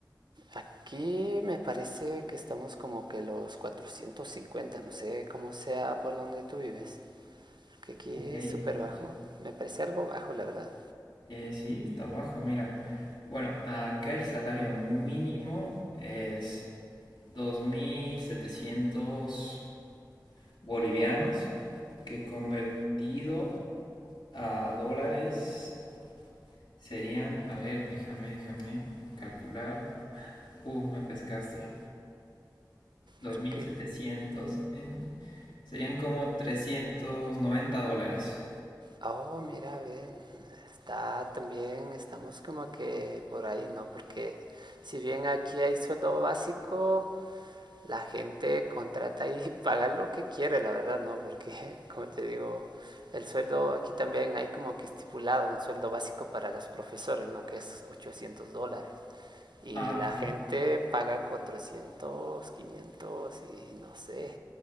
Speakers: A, on the right; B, on the left.
A: Aquí me parece que estamos como que los cuatrocientos cincuenta no sé cómo sea por donde tú vives, que aquí
B: Ok,
A: es súper
B: cuatro-
A: bajo, me parece algo bajo, la verdad.
B: eh, sí, está bajo, mira. Bueno, acá el salario mínimo es dos mil setecientos bolivianos, que convertido a dólares Serían, a ver, déjame, déjame calcular. Uh, me pescaste. dos
A: Creo
B: mil
A: que
B: setecientos en- Serían como 390 dólares.
A: Oh, mira, bien. Está también, estamos como que por ahí, ¿no? Porque si bien aquí hay sueldo básico, la gente contrata y <laughs> paga lo que quiere, la verdad, ¿no? Porque, <laughs> como te digo, el sueldo aquí también hay como que estipulado un sueldo básico para los profesores, ¿no? Que es 800 dólares. Y
B: Ah,
A: la
B: ok.
A: gente paga cuatrocientos quinientos y no sé.